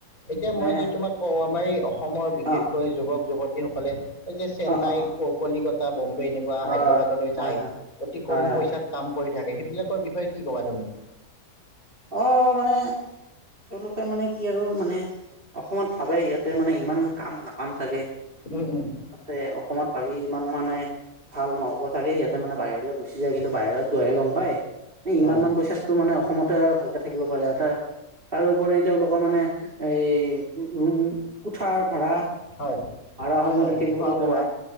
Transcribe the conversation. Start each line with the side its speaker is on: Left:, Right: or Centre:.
Left: এতিয়া
Right: মানে
Left: মই যদি তোমাক কওঁ আমাৰ এই অসমৰ বিশেষকৈ
Right: অ
Left: যুৱক যুৱতী <unintelligible> এই যে, চেন্নাই,
Right: অ অ অ
Left: কলিকতা <unintelligible> এনেকুৱা হায়দৰাবাদলৈ
Right: অ হয়
Left: যায়।
Right: হয়
Left: অতি
Right: হয়
Left: কম
Right: হয়
Left: পইচাত কাম কৰি থাকে। সেইবিলাকৰ বিষয়ে কি ক'বা তুমি?
Right: অ', মানে তেওঁলোক মানে কি আৰু মানে, অসমত ভাবে ইয়াতে মানে ইমান কাম না পাম চাগে
Left: উম উম
Right: তাতে অসমত ভাবি ইমান মানে ভাল নহ'ব চাগে সিহঁতে মানে বাহিৰলৈ গুচি যায়, কিন্তু বাহিৰত গৈহে গম পায় ইমান
Left: হয়
Right: মান পইচাতটো মানে অস ত‌া ভালকে থাকিব পাৰে তাৰ তাৰোউপৰি তেওঁলোকৰ মানে এই ৰুম কোঠাৰ ভাড়া,
Left: হয়
Right: ভাড়াসমূহ
Left: হয় হয়
Right: দি থাকিব
Left: খোৱা
Right: লগীয়া
Left: বোৱা
Right: হয়।